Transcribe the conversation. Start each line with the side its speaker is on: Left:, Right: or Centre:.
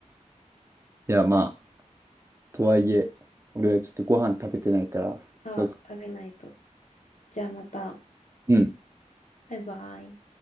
Right: や、まあ、とはいえ、俺はちょっとご飯食べてないから、
Left: ああ、
Right: そうそ
Left: 食べないと。じゃあまた、
Right: う。うん。
Left: バイバイ。